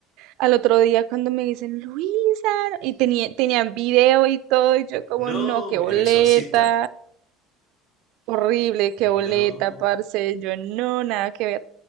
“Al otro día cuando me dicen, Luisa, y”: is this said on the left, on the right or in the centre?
Right